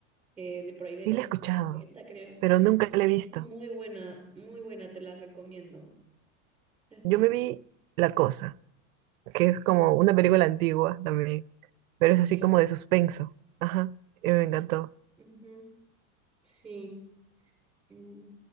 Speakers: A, in the centre; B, on the right.
A: eh, de por ahí de
B: Sí,
A: los
B: la he escuchado,
A: 70, creo.
B: pero nunca
A: Y
B: la he visto.
A: es muy buena, muy buena, te la recomiendo. Es
B: Yo
A: muy buena.
B: me vi La Cosa, que es como una película antigua también,
A: Sí.
B: pero es así como de suspenso. Ajá, y me encantó.
A: ujú, Sí. Mm.